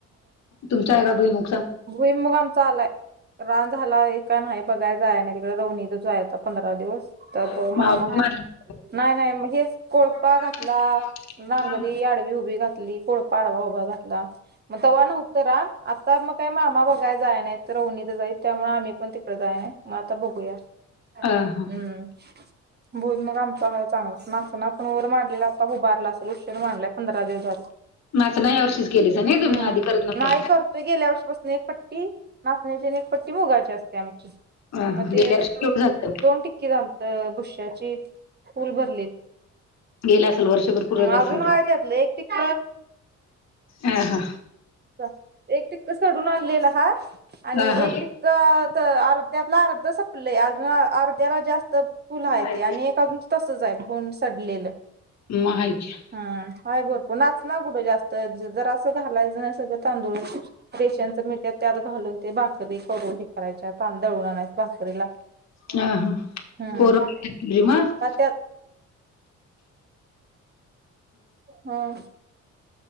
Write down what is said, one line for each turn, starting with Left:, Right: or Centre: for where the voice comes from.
Left: तुमच्या हाय काय भूईमूग.
Right: भुईमूग आमचा आलाय. रान झाला आहे का नाही बघायच आहे नाही तिकडे रोवनीतच आहे आता पंधरा दिवस.
Left: <inaudible>
Right: तर ब मामा नाही नाही मग हेच कोळपा
Left: स्टार्टला
Right: घातला नांगरी आडवी उभी. बी घातली कोळपा आडवा उभा घातला. मग तेव्हा नव्हतं रान आता मग काय मामा बघाय जायय नाही रवणीतच हाई त्यामुळे आम्ही पण तिकडे जाय नाही. मग आता बघूया हम्म,
Left: हा हा
Right: भूईमूग आमचा आहे चांगला नाचणा पण वर मांडलेला उभारला असलं उशीर मडलाय पंधरा दिवस. ह
Left: नाचना ह्या वर्षीच केलीसा नाही तुम्ही
Right: हम्म,
Left: आधी करत नसा.
Right: नाही करतोय गेल्या वर्षीपासून एक पट्टी. नाचण्याची एक पट्टी मुगाची असते आमची
Left: हा हा
Right: मग ते.
Left: गेल्या वर्षी केवढं झालतं?
Right: दोन टिक्की झालत बुश्याची फूल भरलेली.
Left: गेला असेल वर्षभर पुरत असेल
Right: अजून हाय
Left: ते
Right: त्यातलं एक टिक्क
Left: अ ह.
Right: जा एक टिक्क सडून आणलेलं हा. आणि
Left: हा.
Right: एक टिक्क तर अर्ध्यातलं अर्ध संपलंय अजून अर्ध्याला जास्त फुल
Left: म
Right: आहे
Left: हाय
Right: ते आणि एक अजून तसंच आहे, गुण सडलेलं.
Left: म हाय की या.
Right: हम आहे भरपूर नाचन कुठे जास्त जरास घालायचं सगळं तांदुळच रेशनचं मिळत्यात त्यात घालून ते भाकरी करू हे करायच्या दळून आणायच भाकरीला. <inaudible>
Left: <unintelligible> ह
Right: हम्म
Left: पोरं <unintelligible>
Right: त्यात हम्म